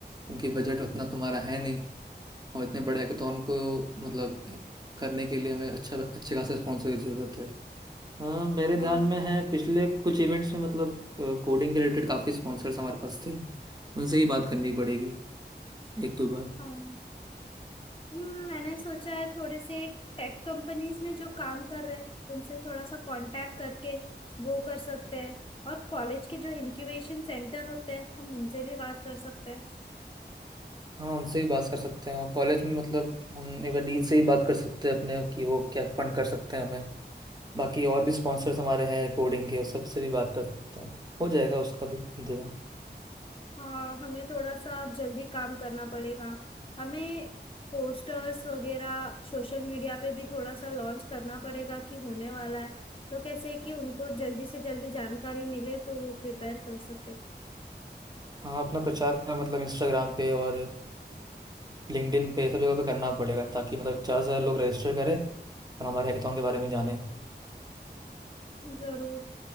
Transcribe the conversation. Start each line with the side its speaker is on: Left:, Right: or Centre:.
Right: उनकी बजट उतना तुम्हारा है और इतने बड़े हैकाथॉन को मतलब करने के लिए हमें अच्छा अच्छे खासे स्पॉन्सर की ज़रूरत है हाँ मेरे
Left: हाँ
Right: ध्यान में है पिछले कुछ इवेंट्स में मतलब कोडिंग के रिलेटेड काफ़ी स्पॉन्सर्स हमारे पास थे उनसे ही बात करनी पड़ेगी एक दो बार
Left: हाँ हम्म, मैंने सोचा है थोड़े से टेक कंपनीज में जो काम कर रहे हैं उनसे थोड़ा सा कांटेक्ट करके वो कर सकते हैं और कॉलेज के जो इनक्यूबेशन सेंटर होते हैं हम उनसे भी बात कर सकते हैं
Right: हाँ उनसे भी बात कर सकते हैं और कॉलेज में मतलब हम एक बार डीन से ही बात कर सकते हैं अपने कि वो क्या फंड कर सकते हैं हमें बाकी और भी स्पॉन्सर्स हमारे हैं कोडिंग के उस सब से भी बात कर सकते हैं हो जाएगा उसका भी इंतजाम
Left: हाँ हमें थोड़ा सा जल्दी काम करना पड़ेगा हमें पोस्टर्स वगैरह सोशल मीडिया पे भी थोड़ा सा लॉन्च करना पड़ेगा कि होने वाला है तो कैसे कि उनको जल्दी से जल्दी जानकारी मिले तो वो प्रिपेयर कर सके
Right: हाँ अपना प्रचार का मतलब इंस्टाग्राम पे और लिंक्डइन पे सब जगह पे करना पड़ेगा ताकि मतलब ज़्यादा से ज़्यादा लोग रजिस्टर करें और हमारे हैकेथॉन के बारे में जाने
Left: जरूर